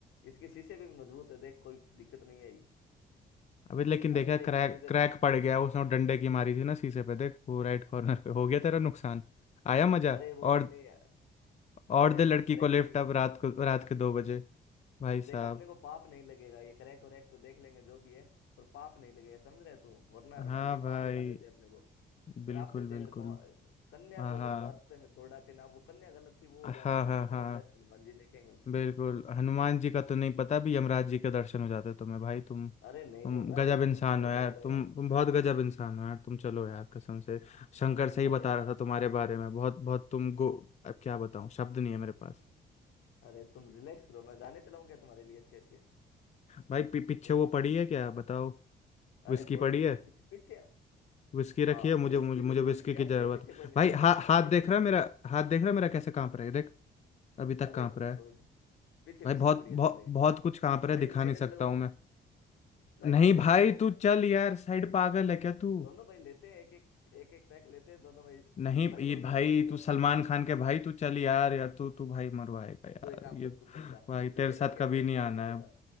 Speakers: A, on the left; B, on the left.
A: इसके शीशे भी मजबूत है देख कोई दिक्कत नहीं आई
B: अभी लेकिन देखा
A: अभी देख
B: क्रैक
A: थोड़ी देर
B: क्रैक
A: में
B: पड़ गया उसने वो डंडे की मारी थी ना शीशे पे देख वो राइट कॉर्नर पे हो गया तेरा नुकसान आया मजा
A: अरे वो
B: और
A: नहीं नहीं
B: और
A: अरे
B: दे लड़की
A: क्रैक
B: को लिफ्ट
A: नहीं है
B: अब
A: वो
B: रात को रात के दो बजे भाई साहब
A: देख अपने को पाप नहीं लगेगा ये क्रैक व्रैक तो देख लेंगे जो भी है पर पाप नहीं लगेगा समझ रहे तू वरना
B: हाँ
A: हनुमान जी
B: भाई
A: पाप लगा देते अपने को
B: बिल्कुल
A: श्राप देते
B: बिल्कुल
A: अगर कौ- कन्या
B: हाँ
A: को
B: हाँ
A: अगर रास्ते में छोड़ आते ना वो कन्या गलत थी वो
B: हाँ
A: जाने उसके
B: हाँ
A: कर्म
B: हाँ
A: जाने हनुमान जी देखेंगे उसको
B: बिल्कुल हनुमान जी का तो नहीं पता भी यमराज जी के दर्शन हो जाते तुम्हें भाई तुम
A: अरे नहीं
B: तुम
A: रे मैं
B: गजब
A: हूं ना
B: इंसान
A: तो क्यों
B: हो
A: घबरा
B: यार
A: रहे
B: तुम
A: यार
B: तुम बहुत गजब इंसान हो यार तुम चलो यार कसम से शंकर सही
A: अरे
B: बता
A: अब
B: रहा था तुम्हारे बारे में बहुत बहुत तुम गो अब क्या बताऊं शब्द नहीं है मेरे पास
A: अरे तुम रिलैक्स करो मैं गाने चलाऊं क्या तुम्हारे लिए अच्छे अच्छे
B: भाई पी, पीछे
A: तुम
B: वो पड़ी है क्या बताओ विस्की
A: अरे कोई
B: पड़ी
A: नहीं
B: है
A: है पीछे पीछे
B: विस्की रखी
A: हाँ
B: है मुझे
A: विश
B: मुझे,
A: की
B: मुझे
A: जरूर
B: विस्की
A: पड़ी है
B: की
A: अपने
B: जरूरत
A: पीछे कोई
B: है
A: नहीं
B: भाई
A: पड़ा
B: हा,
A: हाँ
B: हाथ
A: विश
B: देख
A: की
B: रहा है
A: पड़ी
B: मेरा
A: है
B: हाथ देख रहा है मेरा कैसे कांप रहा है देख अभी तक
A: अरे
B: कांप
A: तुम
B: रहा
A: छोड़
B: है
A: पीछे विश
B: भाई बहुत
A: की पड़ी
B: बहुत
A: है तू ले
B: बहुत कुछ कांप रहा
A: गाड़ी
B: है दिखा
A: साइड
B: नहीं सकता
A: में लगाऊं
B: हूँ
A: क्या
B: मैं
A: गाड़ी
B: नहीं
A: साइड
B: भाई
A: में लगाऊं
B: तू
A: क्या
B: चल यार साइड पागल है क्या तू
A: दोनों भाई लेते हैं एक एक एक एक पैक लेते हैं दोनों भाई
B: नहीं
A: लखनऊ
B: ये भाई
A: जल्दी आएगा
B: तू सलमान खान के भाई तू चल यार यार तू तू भाई मरवाएगा यार
A: तू एक काम
B: ये
A: कर तू चल जा
B: भाई
A: तू
B: तेरे
A: पीछे
B: साथ
A: जाके
B: कभी
A: पैक
B: नहीं
A: मार
B: आना
A: के सो
B: है
A: जा